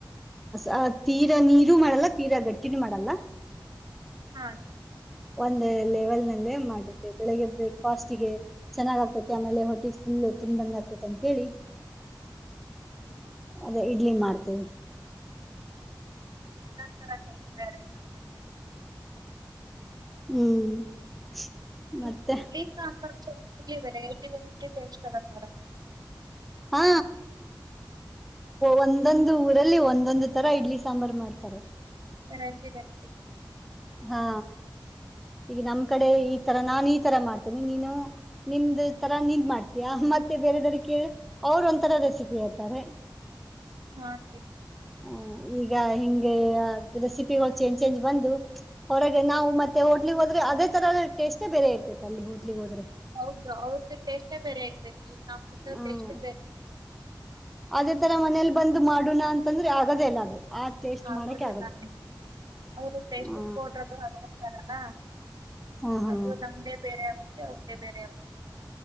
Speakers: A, in the centre; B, on the right.
A: ಹ ತೀರಾ ನೀರು ಮಾಡಲ್ಲ ತೀರಾ ಗಟ್ಟಿನೂ ಮಾಡಲ್ಲ.
B: ಹಾಗ
A: ಒಂದ ಲೆವೆಲ್ ನಲ್ಲೇ ಮಾಡತೆ ಬೆಳಿಗ್ಗೆ ಬ್ರೇಕ್ಫಾಸ್ಟ್ ಗೆ ಚೆನ್ನಾಗ ಆಗ್ತೈತಿ ಆಮೇಲೆ ಹೊಟೆ ಫುಲ್. ಇಲ್ಲ ತುಂಬ್ದಂಗ ಆತೇತ ಅಂತ ಕೇಳ.
B: ಹ್ಮ್.
A: ಅದೇ ಇಡ್ಲಿ ಮಾಡ್ತೇವಿ.
B: ಹರ ಬರ ಇತ್ತ್ರೆ.
A: ಹ್ಮ್. ಮತ್ತೆ
B: ಇ ಇಡ್ಲಿ ಸಾಂಬಾರ್ ಚಟ್ನಿಯಲ್ಲಿ ವೆರೈಟಿ ವೆರೈಟಿ ಟೇಸ್ಟ್ ಅದ ನೋಡ.
A: ಹಾ ಒಂದೊಂದು ಊರಲ್ಲಿ ಒಂದೊಂದು ತರ ಇಡ್ಲಿ ಸಾಂಬಾರ್ ಮಾಡ್ತಾರೆ. ಸ.
B: ವೆರೈಟಿ ವೆರೈಟಿ
A: ಹಾ ಈಗ ನಮ್ ಕಡೆ ಈ ತರ ನಾನ್ ಈ ತರ ಮಾಡ್ತೇನೆ ನೀನು ನಿಮ್ ತರ ನಿಂದ್ ಮಾಡ್ತೀಯಾ. ಮತ್ತೆ ಬೇರೆದ ಕ ಅವರು ಒಂಂತರ ರೆಸಿಪಿ ಹೇಳ್ತಾರೆ.
B: ಹಾಟೀ
A: ಹ ಈಗ ಹಿಂಗೆ ರೆಸಿಪಿಗಳು ಚೇಂಜ್ ಚೇಂಜ್ ಬಂದು ಅವರಾಗ ನಾವು ಮತ್ತ ಹೋಟ್ಲಿಗ್ ಹೋದೆ ಅದೇ ತರದ ಟೇಸ್ಟೇ ಬೇರೆ ಇರ್ತತೆ ಅಲ್ಲಿ ಹೋಟ್ಲಿ ಹೋದ್ರೆ
B: ಹೌದು ಅವ್ರದ್ದು ಟೇಸ್ಟೇ ಬೇರೆ ಇರ್ತೇತಿ ನಮ್ದು
A: ಹ್ಮ
B: ಟೇಸ್ಟೇ ಬೇರೆ ಇತಿ
A: ಅದೇ ತರ ಮನೇಲಿ ಬಂದು ಮಾಡೋಣ ಅಂತಂದ್ರೆ ಆಗದೇ ಇಲ್ಲ ಅದು ಆ ಟೇಸ್ಟ್
B: ಆಗೋದಿಲ್ಲ
A: ಮಾಡಕ್ಕೆ
B: ಹಾಗ ಅವರು ಟಸ್ಟಿಂಗ್
A: ಹ
B: ಪಡ್ರದು ಹಕತಾರ
A: ಹ ಹಾ
B: ಅದು ನಮ್ದೇ ಬೇರೆ ಆಗುತ್ತೆ ಅವ್ರ್ದೇ ಬೇರೆ ಆಗುತ್ತೆ